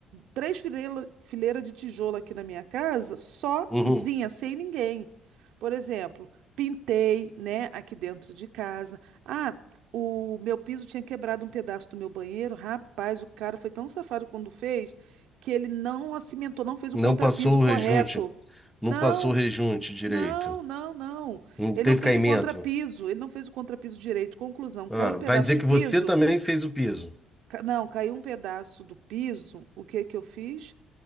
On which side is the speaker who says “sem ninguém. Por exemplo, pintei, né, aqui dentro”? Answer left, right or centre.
Right